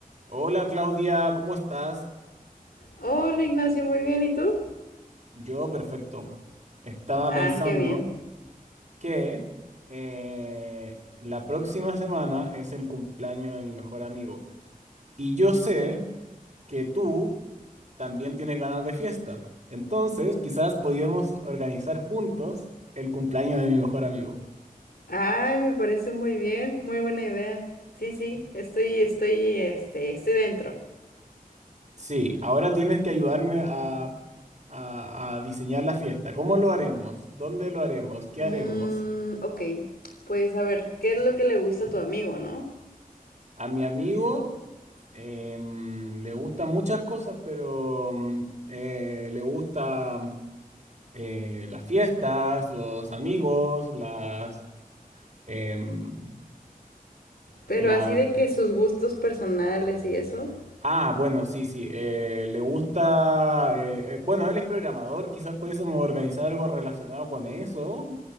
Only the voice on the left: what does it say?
Hola Ignacio, muy bien, ¿y tú?
Ah,
qué bien.
Ay, me parece muy bien, muy buena idea. Sí, sí, estoy, estoy, este, estoy dentro.
Mm,
ok, pues a ver, ¿qué es lo que le gusta a tu amigo, no?
Pero
así de que sus gustos personales y eso.